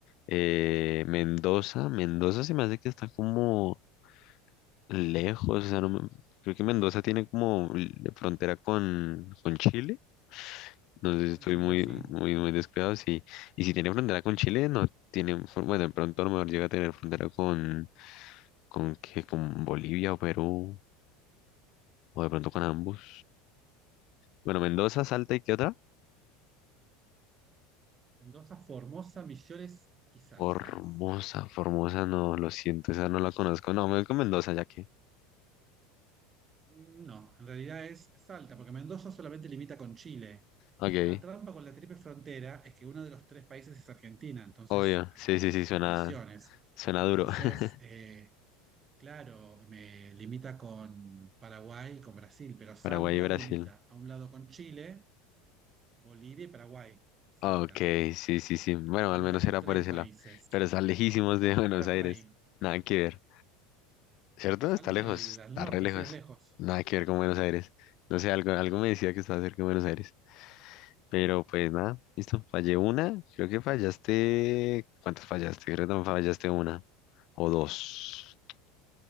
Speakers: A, on the left; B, on the right.
A: Eh, Mendoza, Mendoza se me hace que está como lejos, o sea, no me- creo que Mendoza tiene como l- frontera con, con Chile, no sé si
B: Con
A: estoy
B: Chile,
A: muy,
B: sí.
A: muy, muy descuidado, sí, y si tiene frontera con Chile, no tiene, fron- bueno, de pronto a lo mejor llega a tener frontera con, con, ¿qué? con Bolivia o Perú, o de pronto con ambos. Bueno, Mendoza, Salta y ¿qué otra?
B: Mendoza, Formosa, Misiones y Salta.
A: Formosa, Formosa, no, lo siento, esa no la conozco. No, me voy con Mendoza, ya que.
B: Mm, No, en realidad es Salta, porque Mendoza solamente limita con Chile.
A: Ok,
B: La trampa con la triple frontera es que uno de los tres países es Argentina, entonces
A: obvio,
B: eh,
A: sí,
B: esto
A: sí, sí,
B: está
A: suena,
B: en Misiones.
A: suena
B: Entonces,
A: duro. <laughs>
B: eh, claro, me limita con Paraguay y con Brasil, pero Salta
A: Paraguay y Brasil.
B: limita a un lado con Chile, Bolivia y Paraguay. Salta.
A: Ok, sí, sí, sí. Bueno,
B: Limita
A: al menos
B: con
A: era
B: tres
A: por ese
B: países.
A: lado. Pero están lejísimos de Buenos
B: Era
A: Aires.
B: por ahí.
A: Nada que ver. ¿Cierto?
B: Salta
A: Está lejos,
B: hasta el- al
A: está
B: norte,
A: re lejos.
B: sí, es lejos.
A: Nada que ver con Buenos Aires. No sé, algo, algo me decía que estaba cerca de Buenos Aires. Pero pues nada, listo. Fallé una. Creo que fallaste. ¿Cuántas fallaste? Creo que también fallaste una o dos.